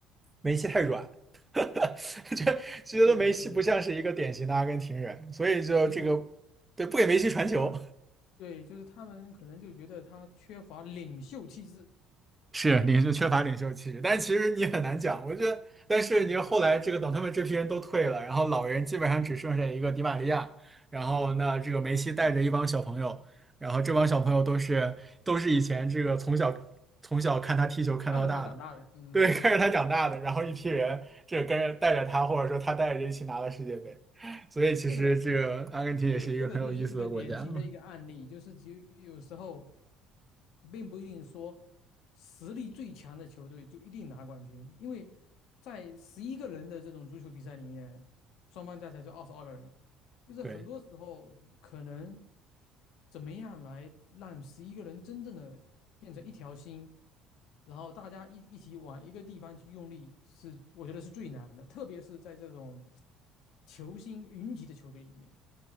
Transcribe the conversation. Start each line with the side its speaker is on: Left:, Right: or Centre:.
Right: 梅西太软，<laughs> 觉得觉得梅西不像是一个典型的阿根廷人，
Left: 对对，
Right: 所以就这个
Left: 就是
Right: 对不给梅西传球，
Left: 就是他们，对，就是他们可能就觉得他缺乏领袖气质。
Right: 是领袖缺乏领袖气质，但其实你很难讲。我觉得，但是你后来这个等他们这批人都退了，
Left: 嗯，
Right: 然后老人基本上只剩下一个迪玛利亚，然后那这个梅西带着一帮小朋友，然后这帮小朋友都是都是以前这个从小从小看他踢球看到大的，
Left: 看着他长大的。嗯嗯，
Right: 对，<laughs> 看着他长大的，然后一批人这跟着带着他，或者说他带着一起拿了世界杯，所以其实这个阿根廷也是一个很有意思的国家。
Left: 这个。对，这个就是一个典型的一个案例，就是其实有时候并不一定说实力最强的球队就一定拿冠军，因为在十一个人的这种足球比赛里面，双方加起来就二十二个人，
Right: <laughs>
Left: 就是很多时候可能
Right: 对。
Left: 怎么样来让十一个人真正的变成一条心，然后大家一一起往一个地方去用力，是我觉得是最难的，特别是在这种球星云集的球队里面。